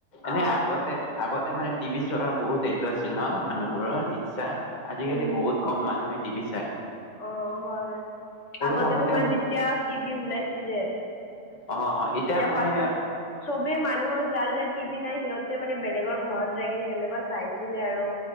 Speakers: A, on the left; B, on the left.
A: এনেই
B: অ
A: আগত আগতে মানে টিভি চোৱাৰ বহুত এইটো আছিল ন মানুহবোৰৰ ইচ্ছা আজিকালি
B: উম
A: বহুত কম মানুহে টিভি চায়
B: অ হয় আগতে
A: থাকোতে
B: তোমাৰ যেতিয়া টিভি ওলাইছিলে
A: অ হয় এতিয়া
B: তেতিয়া
A: মানে
B: ফাষ্ট ফাষ্ট চবে মানুহৰ যাৰ যাৰ টিভি নাই সিহঁতে মানে বেলেগৰ ঘৰত যাই কিনে কেনেকুৱা চাইছিলে আৰু